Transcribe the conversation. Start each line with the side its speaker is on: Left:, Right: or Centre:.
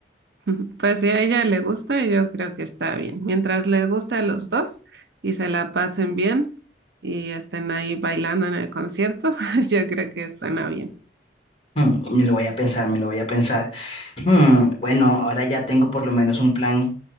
Right: <laughs> Pues si a ella le gusta, yo creo que está bien. Mientras le guste a los dos y se la pasen bien y estén ahí bailando en el concierto, <laughs> yo creo que suena bien.
Left: Hmm, me lo voy a pensar, me lo voy a pensar. Hmm, bueno, ahora ya tengo por lo menos un plan.